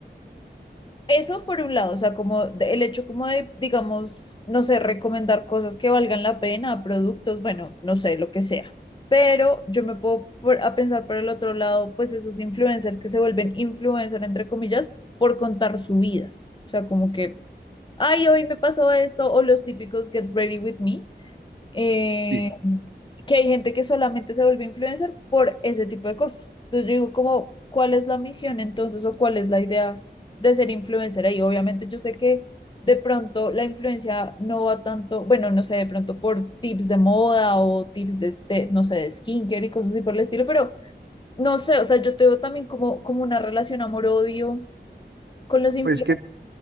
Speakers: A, on the left (about 25°); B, on the right (about 70°).
A: Eso por un lado, o sea, como de- el hecho como de, digamos, no sé, recomendar cosas que valgan la pena, productos, bueno, no sé, lo que sea. Pero yo me puedo por- a pensar por el otro lado, pues esos influencers que se vuelven influencer, entre comillas, por contar su vida. O sea, como que, ay, hoy me pasó esto, o los típicos Get Ready With Me, eh,
B: Sí,
A: que hay gente que solamente se vuelve influencer por ese tipo de cosas. Entonces yo digo como, ¿cuál es la misión entonces o cuál es la idea de ser influencer ahí? Obviamente yo sé que de pronto la influencia no va tanto, bueno, no sé, de pronto por tips de moda o tips de, este, no sé, de skincare y cosas así por el estilo, pero no sé, o sea, yo te veo también como, como una relación amor-odio con los influencers.
B: pues que